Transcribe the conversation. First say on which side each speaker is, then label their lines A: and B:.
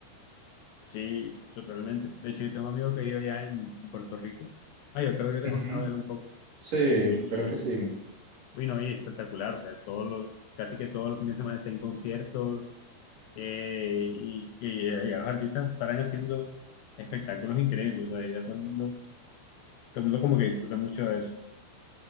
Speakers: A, on the left (about 75°); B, on the right (about 45°).
A: Sí, totalmente. De hecho, yo tengo un amigo que vive allá en, en Puerto Rico. Ah, yo creo que yo te
B: Ujú.
A: contaba de él un poco.
B: Sí,
A: Y,
B: creo que sí.
A: uy, no, y espectacular. O sea, todos los, casi que todos los fines de semana está en conciertos eh, y que allá los artistas paran haciendo espectáculos increíbles. O sea, ya todo el mundo, todo el mundo como que disfruta mucho de eso.